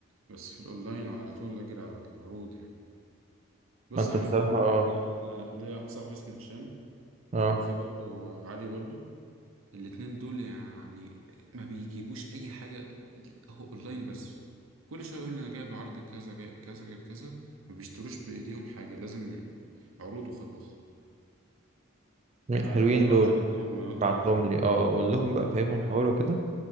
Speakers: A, on the right; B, on the right.
A: بس في الاونلاين على طول اجري على العروض يعني بص
B: ما انت
A: انا
B: الصراحة
A: ممكن
B: اه
A: انا انا ليا واحد صاحبي اسمه هشام
B: اه
A: وفي برضه علي برضه الاتنين دول يعني ما بيجيبوش اي حاجة هو اونلاين بس كل شوية يقول لي انا جايب عرض كذا جايب كذا جايب كذا ما بيشتروش بايديهم حاجة لازم عروض وخلاص آه
B: حلوين
A: هبعت
B: دول
A: لك ارقامهم لو انت
B: ابعتهم
A: عايزها
B: لي اه قول لهم بقى فهمهم الحوار وكده